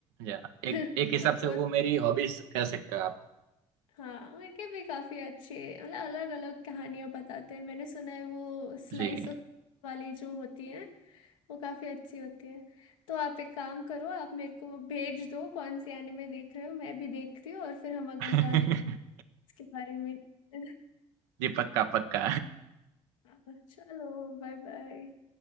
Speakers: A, on the right; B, on the left.
A: या
B: <laughs>
A: एक एक हिसाब से
B: और-
A: वो मेरी हॉबीज कह सकते हो आप
B: हाँ उनके भी काफी अच्छे मतलब अलग अलग कहानियां बताते हैं मैंने सुना है वो स्लाइस
A: जी
B: ऑफ वाली जो होती है वो काफी अच्छी होती है तो आप एक काम करो आप मेरे को भेज दो कौन से एनिमे देख रहे हो मैं भी देखती हूँ और फिर हम अगली
A: <laughs>
B: बार इसके बारे में <laughs>
A: जी पक्का पक्का
B: हाँ, चलो Bye bye